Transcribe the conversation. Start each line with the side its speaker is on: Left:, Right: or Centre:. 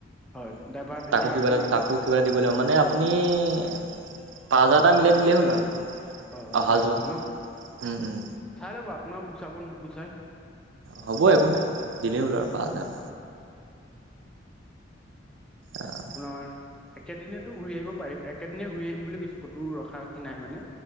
Centre: হয় ড্ৰাইভাৰত এতিয়া
Right: তাকো কিবা
Centre: আপোনাক
Right: এটা তাকো কিবা দিব লাগিব মানে আপুনি পাঁচ হাজাৰ এটা মিলাই দিলেই হ'ল আৰু
Centre: অ', অ',
Right: অহা
Centre: পাঁচ
Right: যোৱা
Centre: হাজাৰ ন
Right: উম উম
Centre: চাই ল'ব আপোনাৰ পুচাব নোপোচাই।
Right: হ'ব একো নাই দিলেই হ'ল আৰু
Centre: উম,
Right: পাঁচ হাজাৰ। আহ।
Centre: আপোনাৰ একেদিনতো ঘূৰি আহিব পাৰিব একেদিননে ঘূৰি আহিম বুলি কৈছে ক'তো ৰখাাৰখি নাই মানে